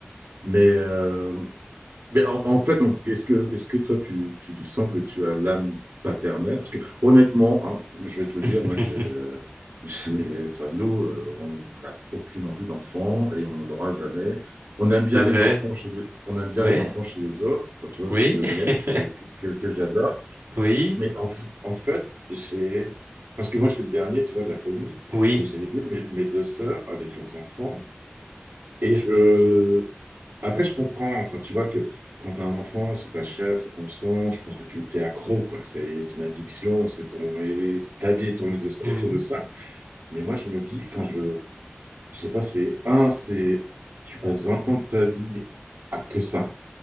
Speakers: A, on the right; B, on the right.
A: mais euh, Mais en, en fait, donc, est-ce que, est-ce que toi, tu, tu, tu sens que tu as l'âme paternelle? Parce que honnêtement, hein, je vais te le
B: <laughs>
A: dire, moi, j'ai, j'ai- enfin, nous, euh, on n'a aucune envie d'enfant et on n'en aura jamais. On aime bien
B: C'est vrai?
A: les enfants chez, on aime bien
B: Oui?
A: les enfants chez les autres. Enfin, tu vois,
B: Oui?
A: j'ai deux nièces
B: <laughs>
A: que, que, que- que j'adore.
B: Oui?
A: Mais en, f- en fait, j'ai, parce que moi, je suis le dernier, tu vois, de la famille,
B: Oui?
A: et j'ai vu mes, mes deux sœurs avec leurs enfants. Et je, après, je comprends. Enfin, tu vois que quand tu as un enfant, c'est ta chair, c'est ton sang. Je pense que tu t'es accro, quoi. C'est c'est une addiction. C'est ton, et c'est- ta vie est tournée de, ça-
B: Mhm.
A: autour
B: Mhm.
A: de ça. Mais moi, je me dis, enfin, je, je sais pas, c'est un, c'est tu passes 20 ans de ta vie à que ça.